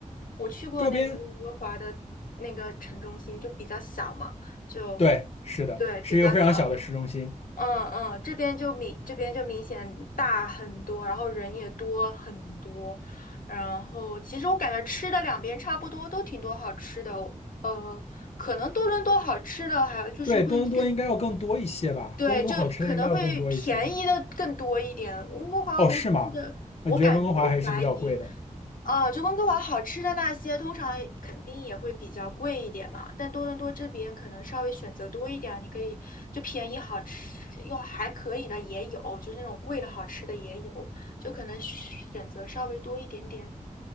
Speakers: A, on the left; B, on the left.
A: 我去过那个温哥华的那个城中心，
B: 周边，
A: 就比较小嘛，就
B: 对，是的，
A: 对比较小，
B: 是一个非常小的市中心。
A: 嗯嗯，这边就明这边就明显大很多，然后人也多很多，然后其实我感觉吃的两边差不多，都挺多好吃的哦呃，可能多伦多好吃的还有就是会更
B: 对，多伦多应该要更多一些吧？
A: 对，
B: 多伦多好吃的应该要更多一些。
A: 就可能会便宜的更多一点。温哥华，
B: 哦，
A: 我记得，
B: 是吗？那你觉得温哥华还是比较贵的？
A: 我感我怀疑，啊，就温哥华好吃的那些，通常肯定也会比较贵一点嘛。但多伦多这边可能稍微选择多一点，你可以就便宜好吃又还可以的也有，就是那种贵的好吃的也有，就可能选择稍微多一点点。